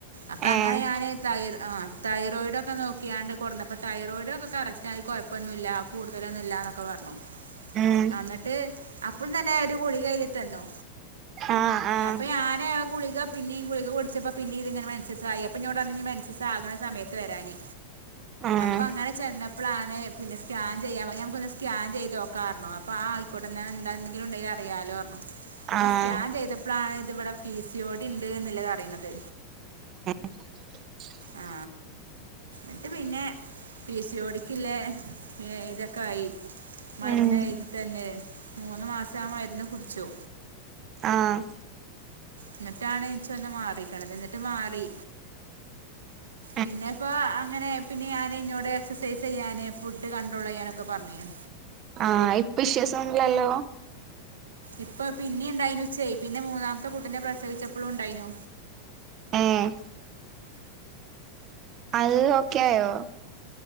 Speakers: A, on the right (about 70°); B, on the right (about 30°).
A: അപ്പൊ അങ്ങനെ
B: ഏഹ്
A: ഞാന് ത ആ തൈറോയിഡും ഒക്കെ നോക്കിയാണ്ട് കൊറന്നപ്പൊ തൈറോയിഡും ഒക്കെ കറക് ക്റ്റ് കുഴപ്പൊന്നും ഇല്ല കൂടുതലൊന്നും ഇല്ലന്നൊക്കെ പറഞ്ഞു
B: ഉം
A: അന്നിട്ട് അപ്പോൾ തന്നെ ഒരു ഗുളിക എഴുതി തന്നു
B: ആഹ് ആഹ്
A: അപ്പൊ ഞൻ ഗുളിക പിന്നെയും ഗുളിക കുടിച്ചപ്പ പിന്നെ ഇങ്ങനെ മൻസസ്സായി അപ്പൊ ഇഞോട് പറഞ്ഞു ഇഞ് മന ആകണ സമയത്ത് വരാന്
B: <unintelligible> ആഹ്
A: അപ്പൊ അങ്ങനെ ചെന്നപ്പോളാണ് പിനെ സ്കാൻ ചെയ്യാ ഞമുക്ക് ഒന്ന് സ്കാൻ ചെയ്തോക്ക ർഞ് അപ്പൊ ആ ആയിക്കോട്ടെർഞ്ഞു എന്തെങ്കിലും ണ്ടെുങ്കി അറിയാലോ ർഞ്ഞ അപ്പൊ
B: ആഹ്
A: സ്കാൻ ചെയ്തപ്പൊ പ്പോളാണ് ഇത് വിടെ പിസിയോടി ഇണ്ട് എന്നുള്ളത് അറിയ്ന്നത്
B: <unintelligible>
A: ആ എന്നിട്ട് പിന്നെ പി സി ഓടിക്കില്ലേ ഇതൊക്കെ ആയി മരുന്ന്
B: ഉം
A: ഏയ്തി തന്ന് മൂന്ന് മാസം ആ മരുന്ന് കുടിച്ചു
B: ആഹ്
A: എന്നിട്ടാണ് ഇച് ഒന്ന് മാറിക്കണത് എന്നിട്ട് മാറി
B: <unintelligible>
A: പിന്നെ ഇപ്പോ അങ്ങനെ പിന്നെ ഞാന് ഇന്നോട് എക്സസൈസ് ചെയ്യാന് ഫുഡ് കണ്ട്രോൾ ചെയ്യാനൊക്കെ പറഞ്ഞു
B: ആഹ ഇപ്പ ഇഷ്യൂസൊന്നും ഇല്ലല്ലോ
A: ഇപ്പ പിന്നെ ഉണ്ടായിനു ച്ചേയ് പിന്നെ മൂന്നാമത്തെ കൂട്ടിനെ പ്രസവിച്ചപ്പോഴും ഉണ്ടായിനു
B: മ് ആൾ ഓക്കെയൊ